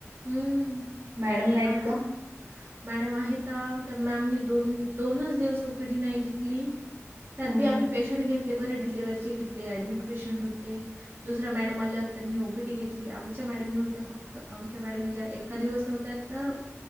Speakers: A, on the right (about 45°); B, on the right (about 75°).
A: हम्म
B: मॅडम नाहीत
A: आज
B: का?
A: मॅडम आहेत, त्या मॅमने दोन दोनच दिवस ओपीडी नाही घेतली. त्यातबी
B: हम्म
A: आम्ही पेशंट घेतले बरे, डिलिव्हरचे घेतले ऍडमिट पेशंट होते. दुसऱ्या मॅडम आल्या होत्या त्यांनी ओपीडी घेतली, आमच्या मॅडम नव्हत्या फक्त, आमच्या मॅडम ज्या एका दिवस नव्हत्या त